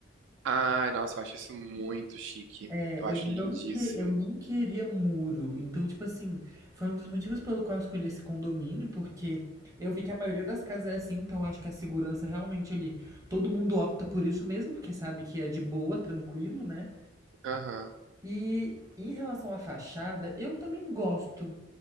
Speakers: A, on the right; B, on the right.
A: Ai, nossa, eu acho isso muito chique.
B: É,
A: Eu
B: eu
A: acho
B: não
A: lindíssimo.
B: que, eu não queria muro. Então, tipo assim, foi um dos motivos pelo qual eu escolhi esse condomínio, porque eu vi que a maioria das casas é assim, então eu acho que a segurança realmente ali, todo mundo opta por isso mesmo, porque sabe que é de boa, tranquilo, né?
A: Aham.
B: E em relação à fachada, eu também gosto